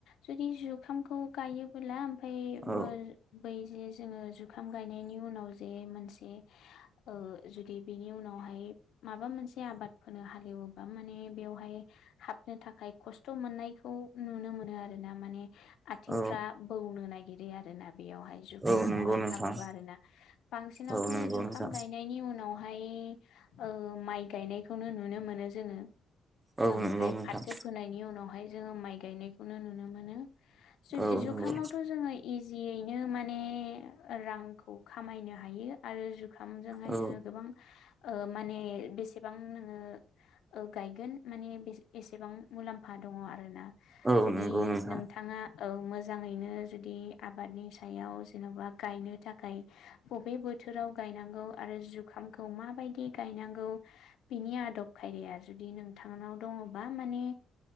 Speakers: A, on the left; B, on the right.
A: जुदि जुखामखौ गायोबोला ओमफ्राय
B: औ
A: बै जे जोंङो जुखाम गायनायनि उनाव जे मोनसे ओ जुदि बेनि उनावहाय माबा मोनसे आबाद हालेवोबा माने बेवहाय हाब बिनो थाखाय खस्थ मोननाय खौ नुनो मोनो आरो ना माने आथिंफ्रा
B: औ
A: बौनो नागिरो आरो आरोना बेयावहाय जुखामावहाय
B: औ नंगौ नोंथां
A: हाबोबा आरोना बांसिनावथ'
B: औ नंगौ
A: जुखाम
B: नोंथां
A: गायनायनि उनाव बेहाय माइ गायनायखौनो नुनो मोनो जोंङो
B: औ
A: ओमफ्राय
B: नंगौ नोंथां
A: फाथो फोनायनि उनावहाय जोंङो माइ गायनायखौनो नुनो मोनो
B: औ
A: जुखामावथ'
B: नंगौ
A: जोंङो इजियैनो मान रांखौ खामायनो हायो आरो जुखामजोंहाय
B: औ
A: जोंङो गोबां माने बेसेबां नोंङो गायगोन माने बे एसेबां मुलाम्फा दंङ आरोना
B: औ
A: जुदि
B: नंगौ नोंथां
A: नोंथाङा ओ मोजाङैनो जुदि आबादनि सायाव जेनबा गायनो थाखाय बबे बोथोराव गायनांगौ आरो जुखामखौ माबायदि गायनांगौ बिनि आदब खायदाया जुदि नों थांनाव दंङबा मानि